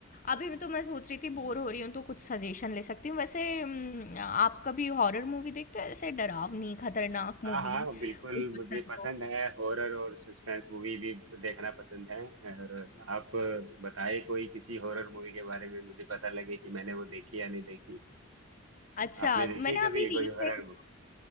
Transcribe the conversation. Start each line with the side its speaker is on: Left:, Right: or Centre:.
Left: अभी
Right: हम्म।
Left: मैं तो मैं सोच रही थी बोर हो रही हूँ तो कुछ सजेशन ले सकती हूँ वैसे हम्म, आप कभी हॉरर मूवी देखते हो ऐसे डरावनी खतरनाक मूवी
Right: हाँ हाँ, बिल्कुल
Left: कुछ
Right: मुझे
Left: पसंद
Right: पसंद
Left: हो
Right: है हॉरर और सस्पेंस मूवी भी देखना पसंद है और आप बताए कोई किसी हॉरर मूवी के बारे में मुझे पता लगे कि मैंने वो देखी या नहीं देखी
Left: अच्छा
Right: आपने देखी
Left: मैंने
Right: है
Left: अभी
Right: कभी ये
Left: रिसेंट
Right: कोई हॉरर मूवी